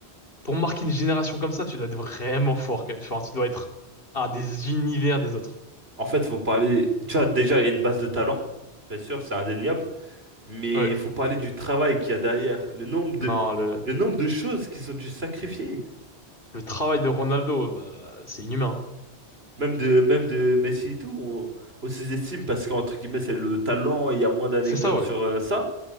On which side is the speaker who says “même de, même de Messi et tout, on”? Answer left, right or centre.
Right